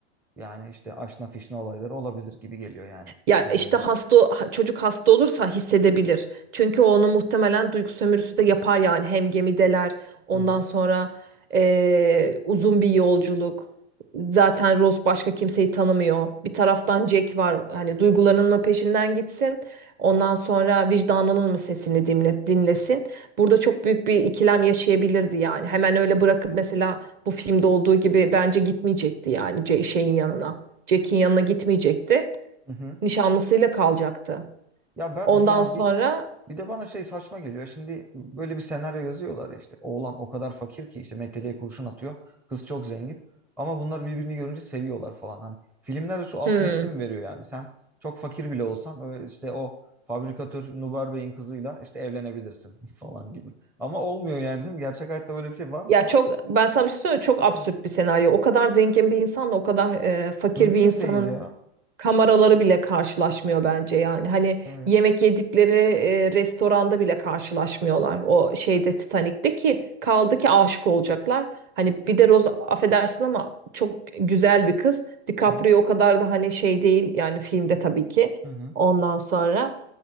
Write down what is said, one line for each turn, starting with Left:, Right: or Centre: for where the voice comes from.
Centre: yani işte aşna fişne olayları olabilir gibi geliyor yani
Right: Ya
Centre: bu durumda.
Right: işte hasta çocuk hasta olursa hissedebilir. Çünkü o onu muhtemelen duygu sömürüsü de yapar yani hem gemideler ondan
Centre: Hı hı.
Right: sonra eee, uzun bir yolculuk. Zaten Ross başka kimseyi tanımıyor. Bir taraftan Jack var. Hani duygularının mı peşinden gitsin? Ondan sonra vicdanının mı sesini dinle- dinlesin? Burada çok büyük bir ikilem yaşayabilirdi yani. Hemen öyle bırakıp mesela bu filmde olduğu gibi bence gitmeyecekti yani Ce- şeyin yanına. Jack'in yanına gitmeyecekti
Centre: Hı hı.
Right: nişanlısıyla kalacaktı.
Centre: Ya ben
Right: Ondan
Centre: ya
Right: sonra
Centre: bir bir de bana şey saçma geliyor. Şimdi böyle bir senaryo yazıyorlar ya işte. Oğlan o kadar fakir ki işte meteliğe kurşun atıyor. Kız çok zengin. Ama bunlar birbirini görünce seviyorlar falan. Hani filmlerde şu alt
Right: hmm,
Centre: metni mi veriyor yani? Sen çok fakir bile olsan öyle işte o fabrikatör Nubar Bey'in kızıyla işte evlenebilirsin <laughs> falan gibi. Ama olmuyor yani değil mi? Gerçek hayatta böyle bir şey var mı
Right: ya
Centre: ya?
Right: çok ben sana bir şey söyleyeyim mi? çok absürt
Centre: Hı.
Right: bir senaryo. O kadar zengin bir insanla o kadar e, fakir
Centre: Mümkün
Right: bir insanın
Centre: değil ya.
Right: kameraları bile karşılaşmıyor bence yani. Hani
Centre: Evet.
Right: yemek yedikleri e, restoranda bile karşılaşmıyorlar. O şeyde Titanik'te ki kaldı ki aşık olacaklar. Hani bir de Rose affedersin ama çok güzel bir kız. DiCaprio
Centre: Hı hı.
Right: o kadar da hani şey değil yani filmde tabii ki.
Centre: Hı hı.
Right: Ondan sonra